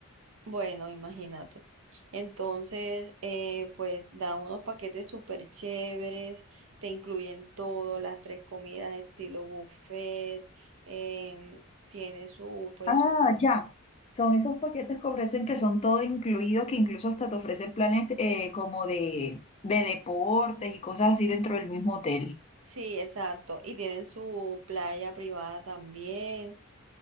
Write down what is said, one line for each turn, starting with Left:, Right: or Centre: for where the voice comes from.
Right: Bueno, imagínate. Entonces, eh, pues dan unos paquetes súper chéveres, te incluyen todo, las tres comidas estilo buffet, em, tiene su, pues,
Left: Ah, ya. Son esos paquetes que ofrecen que son todo incluido, que incluso hasta te ofrecen planes eh, como de, de deportes y cosas así dentro del mismo hotel.
Right: sí, exacto, y tienen su playa privada también.